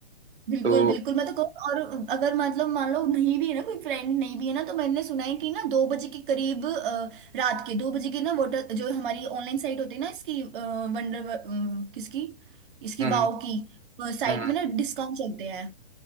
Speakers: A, on the right; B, on the right.
A: बिल्कुल
B: तो
A: बिल्कुल मैं तो कहूँ और अगर मतलब मान लो नहीं भी है ना कोई फ्रेंड नहीं भी है ना तो मैंने सुना है कि ना दो बजे के करीब अ, रात के दो बजे के ना वोटर जो हमारी ऑनलाइन साइट होती है ना इसकी वंडर किसकी इसकी
B: हम्म
A: वाओ की साइट
B: हम्म हम्म,
A: में ना डिस्काउंट चलते हैं